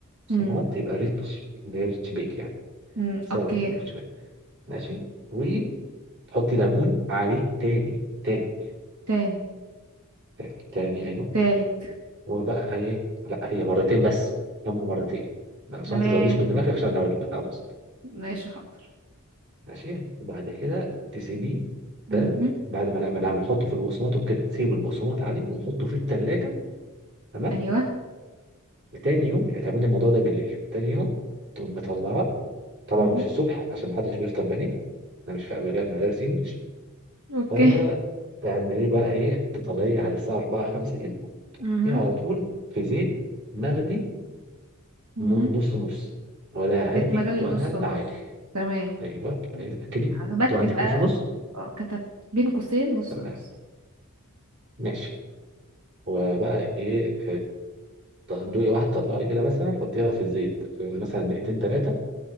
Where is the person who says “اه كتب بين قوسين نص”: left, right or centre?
Right